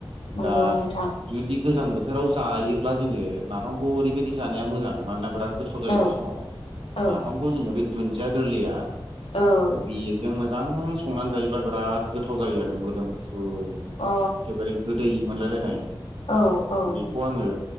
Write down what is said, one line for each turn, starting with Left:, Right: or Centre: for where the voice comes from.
Left: नंगौ
Right: दा
Left: नोंथां
Right: जुदि गोजां बो थोराव जायोब्ला जोङो नाफामखौ ओरैबायदि जानाया मोजां मानोना बिराद गोथाव जायो
Left: औ
Right: बे समाव
Left: औ
Right: नाफामखौ जोङो बे दुन्दिया गोरलैया
Left: औ
Right: बेजों मोजां संनानै जायोब्ला बिराद गोथाव जायो आरो मोदोम फ्रु एखेबारे
Left: अ
Right: गोदै मोनलायलायनाय
Left: औ औ
Right: बेखौ आङो